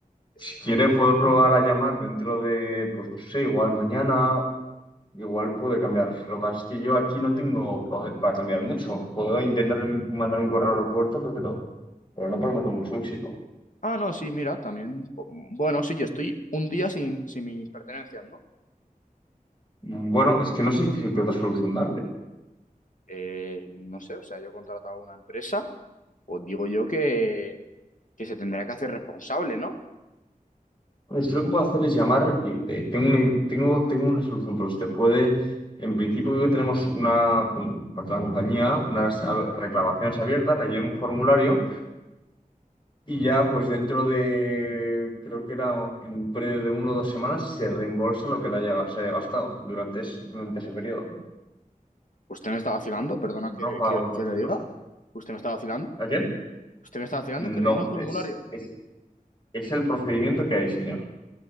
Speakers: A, on the left; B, on the left.
A: Eh,
B: Si quiere, puedo probar a llamar dentro de, pues no sé, igual mañana, igual puede cambiar. Lo que pasa es que yo aquí no tengo poder para cambiar mucho. Puedo intentar mandar un correo al aeropuerto, pero, pero no prometo mucho éxito.
A: Ah, no, sí, mira, también. Bueno, sí, yo estoy un día sin, sin mis pertenencias, ¿no?
B: Mm, Bueno, es que no sé qué qué otra solución darle.
A: Eh, no sé, o sea, yo he contratado a una empresa, pues digo yo que, que se tendrá que hacer responsable, ¿no?
B: Pues lo que puedo hacer es llamar y eh, tengo una, tengo, tengo una solución, pero usted puede, en principio creo que tenemos una, bueno, por la compañía, unas a- reclamaciones abiertas, rellena un formulario y ya pues dentro de, creo que era en un periodo de una o dos semanas, se reembolsa lo que le haya, se haya gastado durante, es- durante ese periodo,
A: Usted me está vacilando, perdona
B: pues, en
A: que,
B: ropa
A: que-
B: o en cualquier
A: que le diga.
B: cosa.
A: Usted me está vacilando.
B: ¿A quién?
A: Usted me está vacilando
B: No,
A: que rellene un formulario,
B: es, es, es el procedimiento que hay, señor.